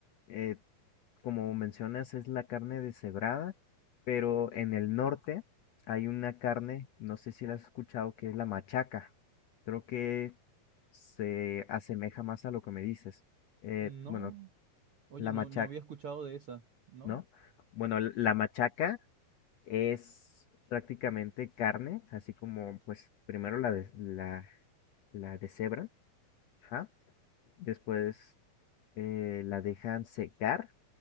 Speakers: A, on the left; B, on the right.
A: eh, como mencionas, es la carne deshebrada, pero en el norte hay una carne, no sé si la has escuchado, que es la machaca. Creo que se asemeja más a lo que me dices. Eh,
B: No,
A: bueno,
B: oye,
A: la
B: no,
A: machaca,
B: no había escuchado de esa, ¿no?
A: ¿no? Bueno, l- la machaca es prácticamente carne, así como pues primero la, des- la, la deshebran, ajá, después eh, la dejan secar,